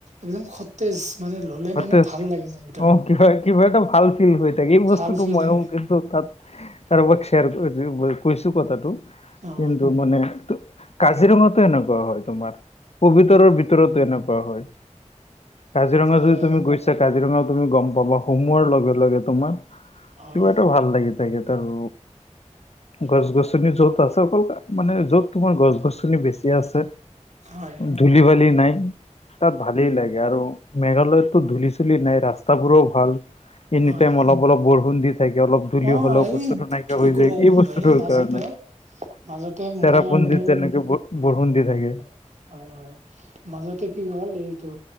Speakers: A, on the right; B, on the left.
A: একদম খতেজ মানে ললে মানে
B: স
A: ভাল লাগে মনটো
B: অ কি কিিবা এটা ভাল ফিল হৈ থাকে এই বস্তুটো
A: ভাল ফিল
B: ময়ক
A: হয়
B: তাত কাৰোবাক শ্বেয়াৰ কৈছো কথাটো
A: অ
B: কিন্তু মান কাজিৰঙাতো এনেকুৱা হয় তোমাৰ পবিতৰৰ ভিতৰতো এনেকুৱা হয় কাজিৰঙা
A: হয়
B: যদি তুমি গৈছা কাজিৰঙাও তুমি গম পাবা সোমোৱাৰ লগে লগে তোমাৰ কিবা
A: হয়
B: এটা ভাল লাগি থাকে তাৰ গছ গছনি য'ত আছে অকল মানে য'ত তোমাৰ গছ গছনি বেছিয়িে আছে
A: হয়
B: ধূলি বালি নাই তাত ভালেই লাগে আৰু মেঘালয়ত ধূলি চুলিি নাই ৰাস্তাাবোৰো ভাল এনি
A: হয়
B: টাইম অলপ অলপ বৰষুণ দি থাকে অলপ তুলি
A: অ
B: হ'লেও
A: এই
B: বস্তুটো নাইকিয়া
A: কি
B: হৈ
A: কবা
B: যায়
A: বন্ধু
B: এই বস্তুটোৰ
A: মাজতে
B: কাৰণে
A: মাজতে
B: চেৰাাপুঞ্জিতত
A: মই আৰু মোৰ
B: যেনেকে ব বৰষুণ দি থাকে
A: হয় হয় মাজতে কি হ'ল এইটো